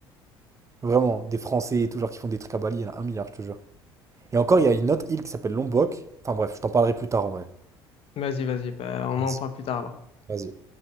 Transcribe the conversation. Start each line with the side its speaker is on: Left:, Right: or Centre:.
Right: Vraiment. Des Français et tout, genre, qui font des trucs à Bali. Il y en a un milliard, je te jure. Et encore, il y a une autre île qui s'appelle Lombok. Enfin, bref, je t'en parlerai plus tard en vrai.
Left: Vas-y, vas-y, bah, on
Right: Vas-y.
Left: en parle plus tard, là.
Right: Vas-y.